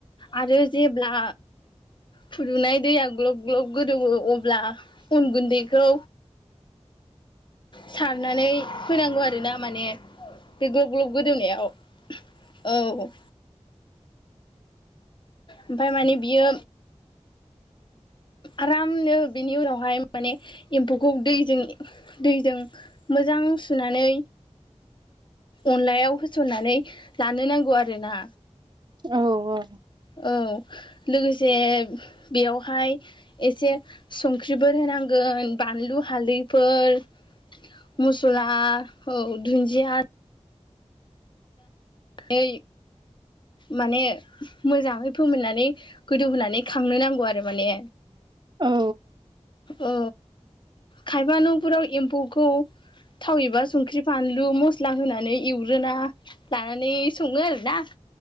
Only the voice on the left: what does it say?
आरो जेब्ला फुदुंनाय दैया ग्लब ग्लब गोदौवो अब्ला अन गुन्दैखौ सारनानै होनांगौ आरोना माने बे ग्लब ग्लब गोदौनायाव औ ओमफ्राय माने बियो आरामनो बिनि उनाव बेहाय माने एम्फौखौ दैजों दैजों मोजां सुनानै अनलायाव होसननानै लानो नांगौ आरोना
औ लोगोसे बेयावहाय एसे संख्रिफोर होनांगोन बानलु हालदैफोर मसला औ दुन्जिया ओइ माने मोजाङै फोमोननानै गोदौ होनानै खांनो नांगौ आरो माने
औ खायफा न'फोराव एम्फौखौ थाव एबा संख्रि फानलु मस्ला होनानै एवग्रोना नै सङो आरोना